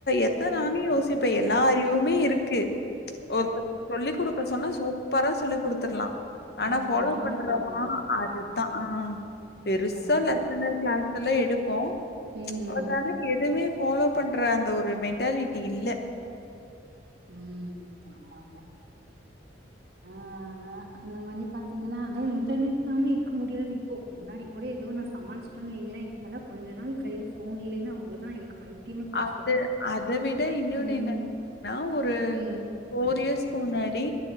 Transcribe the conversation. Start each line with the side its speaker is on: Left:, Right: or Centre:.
Left: எத்த நானே யோசிப்பே எல்லா அறிவுமே இருக்கு ஒருத்தருக்கு சொல்லிக் குடுக்க சொன்னா சூப்பரா சொல்லிக் குடுத்துடலா ஆனா
Right: ஆ
Left: ஃபாலோ
Right: நாம
Left: பன்றோமா
Right: தா ஃபாலோ பண்ண மாட்டோ
Left: அதுதா
Right: ஆ
Left: அ பெருசா
Right: ஆ
Left: லெசனு கிளாஸ் சுல்லா எடுப்போ
Right: ம்
Left: அதுக்கான எதுமே ஃபாலோ பண்ற அந்த ஒரு மென்டாலிட்டி இல்ல
Right: ம் ஆமாங்க ஆ ஆ அந்த மாரி பாத்தீங்கன்னா அதா இன்டர்நெட்லாமே இருக்க முடியாது இப்போ முன்னாடி கூட எதோ நா சமாளிச்சுட்டேன்னு வைங்களே இப்பல்லா கொஞ்ச நாள் கையில ஃபோன் இல்லைன்னா அவ்ளோ தா எனக்கு பைத்தியமே புடிச்சிடு
Left: அது அத விட இன்னொன்னு
Right: ம்
Left: என்னன்னா ஒரு
Right: ம்
Left: ஃபோர் இயர்ஸ்க்கு முன்னாடி